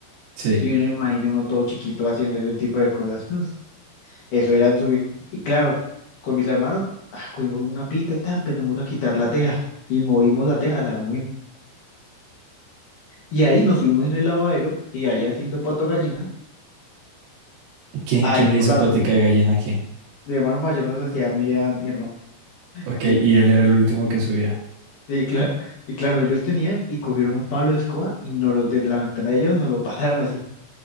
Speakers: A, on the right; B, on the left.
A: Sí.
B: Y uno imagina uno todo chiquito haciendo ese tipo de cosas. <laughs> Eso era subir. Y claro, con mis hermanos, ah, cogimos una pita y tal, empezamos a quitar la teja. Y movimos la teja, la movimos. Y ahí nos fuimos en el lavadero y ahí haciendo pato gallina.
A: ¿Quién,
B: Ahí
A: quién
B: por
A: le hizo
B: la
A: patica
B: ven-
A: de gallina a quién?
B: Mi hermano mayor nos decía a mí, y a mi hermano. Entonces,
A: Ok, y él era el último que subía.
B: sí, <laughs> claro. Y claro, ellos tenían y cogieron un pablo de escoba y nos lo, desde la ventana de ellos nos lo pasaron así,